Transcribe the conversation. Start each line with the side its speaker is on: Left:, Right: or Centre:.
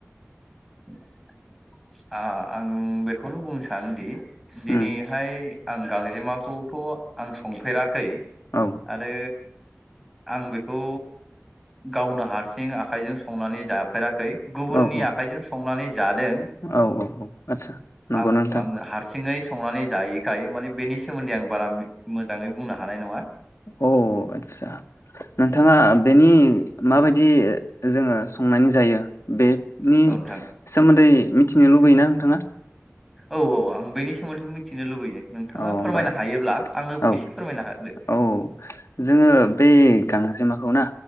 Centre: <inaudible> ओ आं बेखौनो बुंनो सानोदि दिनैहाय
Left: उम
Centre: आं गांजेमाखौथ' आं संफेराखै
Left: औ
Centre: आरो आं बेखौ गावनो हारसिं आखायजों संनानै जाफेराखै गुबुननि
Left: औ औ
Centre: आखायजों संनानै जादों
Left: औ औ औ आदसा नंगौ
Centre: आं
Left: ना नोंथां
Centre: आंनो हारसिङै संनानै जायैखाय माने बेनि सोमोन्दै आं बारा मोजाङै बुंनो हानाय नङा
Left: औ आदसा नोंथाङा बेनि माबायदि जोंङो संनानै जायो बे नि
Centre: औ नोंथां
Left: सोमोन्दै मि थिनो लुबैयोना नोंथाङा?
Centre: औ औ आं बेनि सो मोनदै मिथिनो लुबैयो। नोंथाङा
Left: औ होमबा
Centre: फोरमायनो हायोब्ला आंनो
Left: औ
Centre: एसे फोरमायना होदो
Left: औ जोंङो बे गांजेमाखौना